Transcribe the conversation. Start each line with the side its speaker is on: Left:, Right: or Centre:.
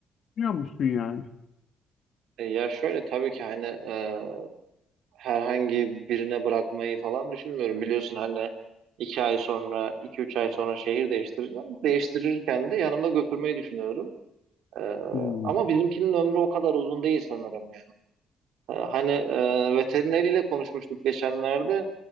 Left: biliyor musun yani?
Right: E, ya şöyle tabii ki hani e, herhangi birine bırakmayı falan düşünmüyorum. Biliyorsun hani iki ay sonra, iki üç ay sonra şehir değiştireceğim. Değiştirirken de yanımda götürmeyi düşünüyorum. E,
Left: Hmm.
Right: ama bizimkinin ömrü o kadar uzun değil sanırım. E, hani e, veterineriyle konuşmuştuk geçenlerde.